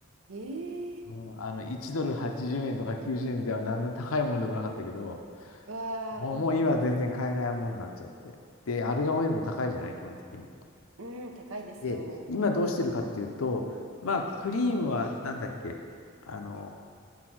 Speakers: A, on the right (about 70°); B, on the left (about 80°).
A: ええ
B: うん、あの、1ドル80円とか90円では何の高いものでもなかったけど、
A: ー、わあ、
B: もう、
A: うん
B: もう今は全然買えないものになっちゃって。で、アルガンオイルも高いじゃない基本的に。
A: うん、うん、高いですよ。
B: で、今どうしてるかっていうと、まあ、クリームはなんだっけあの、